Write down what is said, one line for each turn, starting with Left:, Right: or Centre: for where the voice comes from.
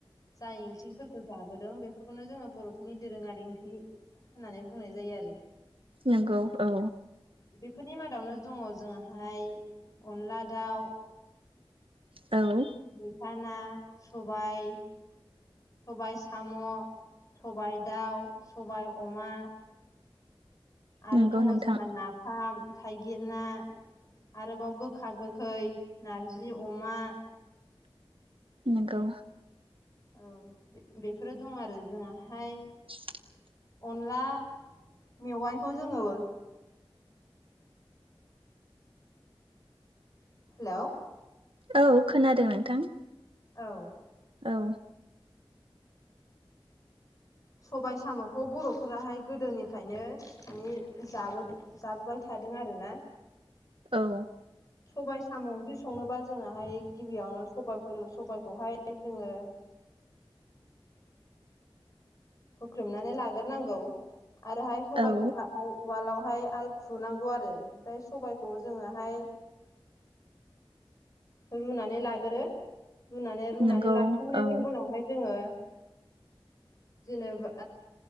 Left: जाय ओंख्रिफोरखौ जाबोदों बे बे फोरफोरखौनो जोङो बर'फोरनि दोरोङारि ओंख्रि होननानै बुंनाय जायो आरो
Right: नंगौ औ
Left: बेफोरनि मादावनो दङ जोंहाय अनला दाउ
Right: औ
Left: मैथा ना सबाय सबाय साम' सबाय दाउ सबाय अमा आरो
Right: नंगौ
Left: दङ
Right: नोंथां
Left: जोंहा नाफाम थाइगिर ना आरोबाव गोखा गोखै नारजि अमा
Right: नंगौ
Left: औ बेफोरो दं आरो जोंहाहाय
Right: <unintelligible>
Left: अनला मेवाइखौ जोङो हेलौ
Right: औ खोनादों नोंथां
Left: औ
Right: औ
Left: सबाय साम'खौ बर'फोराहाय गोदोनिफ्रायनो माने जाबो जाबोबाय था थादों आरोना
Right: औ
Left: सबाइ साम'ओंख्रि सं संनोबा जोङाहाय गिबियावनो सबाइफोर सबायखौहाय जोङो <inaudible> हुख्रेमनानै लाग्रोनांगौ आरोहाय सबाइखौहाय
Right: औ
Left: उवालाव हाय आल खुनांगौ आरो ओमफाय सबायखौ जोङोहाय रुनानै लागोरो रुनानै रुनानै
Right: नंगौ
Left: लाखांनायनि
Right: औ
Left: उनावहाय जोङो जेनेबा